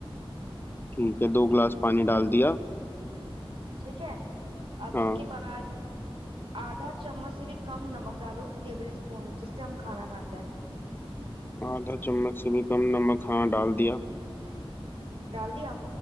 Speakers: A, on the left; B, on the right.
A: ठीक है दो ग्लास पानी डाल दिया
B: ठीक है अब
A: हाँ
B: इसके बाद आधा चम्मच से भी कम नमक डालो टेबल स्पून जिससे हम खाना खाते हैं
A: आधा चम्मच से भी कम नमक हाँ डाल दिया
B: डाल दिया